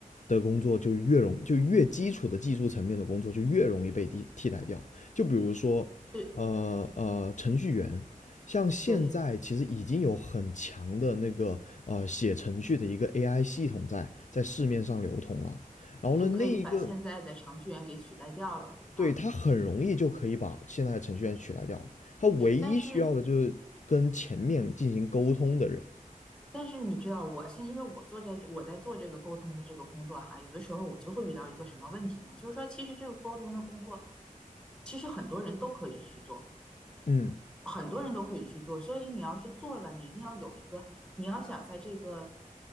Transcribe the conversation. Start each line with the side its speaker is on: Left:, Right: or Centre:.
Left: 的工作就越容就越基础的技术层面的工作就越容易被替替代掉。就比如说，
Centre: 对
Left: 呃呃，程序员，像现在其实已经有很强的那个呃写程序的一个
Centre: 对。
Left: AI 系统在在市面上流通了。然后呢，
Centre: 就可以把现在的程序员给取代掉了，
Left: 那一个
Centre: 是吧？
Left: 对，他很容易就可以把现在的程序员取代掉了。他唯一需要的就是跟前面进行沟通的人。
Centre: 但是，但是你知道我，现因为我做这我在做这个沟通的这个工作哈，有的时候我就会遇到一个什么问题呢？就是说，其实这个沟通的工作，其实很多人都可以去做，
Left: 嗯，
Centre: 很多人都可以去做。所以你要是做了，你一定要有一个，你要想在这个